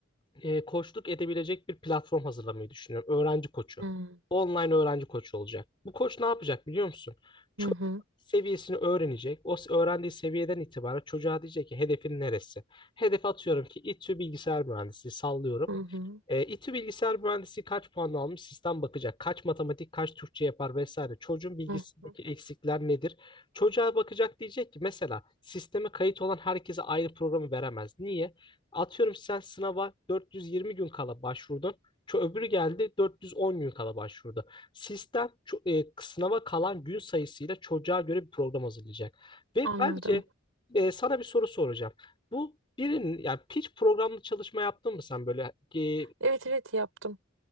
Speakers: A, on the left; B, on the right.
A: e, koçluk edebilecek bir platform hazırlamayı düşünüyorum. Öğrenci koçu.
B: hı.
A: Online öğrenci koçu olacak. Bu koç ne yapacak biliyor musun? Çocuk
B: Hı hı.
A: seviyesini öğrenecek. O s- öğrendiği seviyeden itibaren çocuğa diyecek ki hedefin neresi? Hedef atıyorum ki İTÜ bilgisayar mühendisliği sallıyorum.
B: Hı hı.
A: E, İTÜ Bilgisayar Mühendisliği kaç puan almış? Sistem bakacak. Kaç matematik, kaç Türkçe yapar vesaire. Çocuğun bilgisindeki
B: Hı hı.
A: eksikler nedir? Çocuğa bakacak diyecek ki mesela sisteme kayıt olan herkese aynı programı veremez. Niye? Atıyorum sen sınava 420 gün kala başvurdun. Ço öbürü geldi 410 gün kala başvurdu. Sistem ço- e, sınava kalan gün sayısıyla çocuğa göre bir program hazırlayacak. Ve
B: Anladım.
A: bence e, sana bir soru soracağım. Bu birinin yani hiç programlı çalışma yaptın mı sen böyle e,
B: Evet evet yaptım.